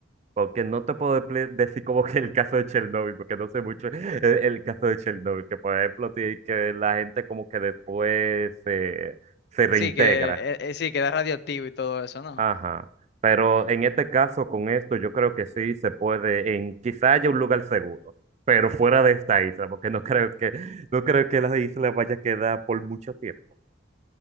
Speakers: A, on the right (about 35°); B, on the left (about 55°).
A: porque no te puedo ple- decir como que el caso de Chernobyl, porque no sé mucho el, el caso de Chernobyl, que por ejemplo, sí, que la gente como que después se, se reintegra.
B: Sí, que eh, eh, sí, queda radioactivo y todo eso, ¿no?
A: Ajá. Pero en este caso, con esto, yo creo que sí se puede, en quizá haya un lugar seguro, pero fuera de esta isla, porque no creo que, no creo que la isla vaya a quedar por mucho tiempo.